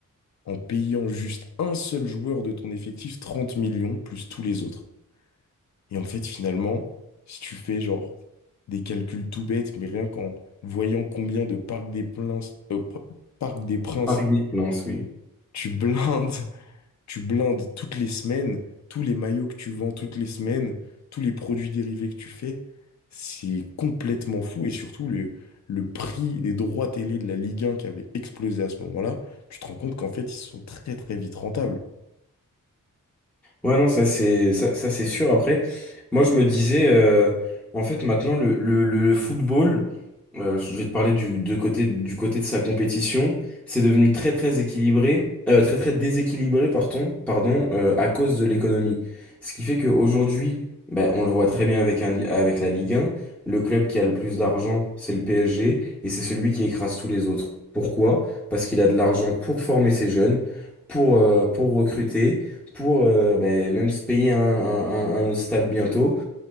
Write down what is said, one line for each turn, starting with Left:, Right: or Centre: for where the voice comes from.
Left: en payant juste un seul joueur de ton effectif 30 millions plus tous les autres? Et en fait, finalement, si tu fais genre des calculs tout bêtes, mais rien qu'en voyant combien de Parc des Princes, euh, Pr- Parc des Princes,
Centre: Par des plaintes, oui.
Left: tu blindes, <laughs> tu blindes toutes les semaines, tous les maillots que tu vends toutes les semaines, tous les produits dérivés que tu fais, c'est complètement fou. Et surtout, le, le prix des droits télé de la Ligue 1 qui avait explosé à ce moment-là, tu te rends compte qu'en fait, ils sont très très vite rentables.
Centre: Ouais, non, ça c'est ça, ça, c'est sûr. Après, moi je me disais, euh, en fait, maintenant le, le, le- le football, euh, je vais te parler du, de côté, du côté de sa compétition, c'est devenu très très équilibré, euh, très très déséquilibré, pardon, pardon, euh, à cause de l'économie. Ce qui fait qu'aujourd'hui, ben, on le voit très bien avec, un, avec la Ligue 1, le club qui a le plus d'argent, c'est le PSG, et c'est celui qui écrase tous les autres. Pourquoi? Parce qu'il a de l'argent pour former ses jeunes, pour, euh, pour recruter pour euh, ben, même se payer un, un- un- un autre stade bientôt.